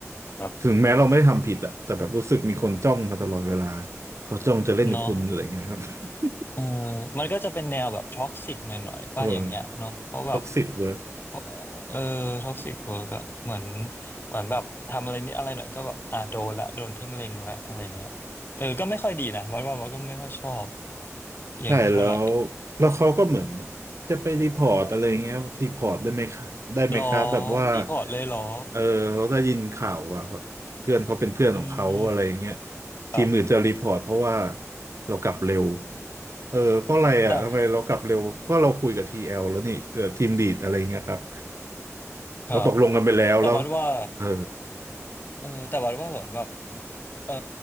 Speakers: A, on the left; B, on the right.
A: ครับ
B: ถึงแม้เราไม่ได้ทำผิดอะแต่แบบรู้สึกมีคนจ้องมาตลอดเวลาเขาจ้องจะเล่นคุณอะไรเงี้ยครับ
A: เนาะ
B: <laughs>
A: เออมันก็จะเป็นแนวแบบท็อกซิกหน่อยๆป่ะอย่างเงี้ยเนาะเพราะแบบ
B: เออท็อกซิกเวิร์ก
A: เพราะเออท็อกซิกเวิร์กอะเหมือนเหมือนแบบทำอะไรนิดอะไรหน่อยก็แบบอ่าโดนละโดนเพ่งเล็งละอะไรเงี้ยเออก็ไม่ค่อยดีนะมันว่ามันก็ไม่ค่อยชอบอย่างนี้เท่าไหร่
B: ใช่แล้วแล้วเขาก็เหมือนแบบจะไปรีพอร์ตอะไรเงี้ยรีพอร์ตได้ไหมคะได้ไหมครับแบบว่า
A: หรอรีพอร์ตเลยหรอ
B: เออเขาได้ยินข่าวว่าแบบเพื่อนเขาเป็นเพื่อนของเขาอะไรเงี้ย
A: อืม ครับ
B: ทีมอื่นจะรีพอร์ตเพราะว่าเรากลับเร็วเออเพราะอะไรอ่ะทำไมเรากลับเร็วก็เราคุยกับทีเอลแล้วนี่เออทีมลีดอะไรเงี้ยครับ
A: อ่ะครับ
B: เราตกลงกันไปแล้วแล้ว
A: แต่ว่าว่า
B: เออ
A: เออแต่ว่าว่าเหมือนแบบเออ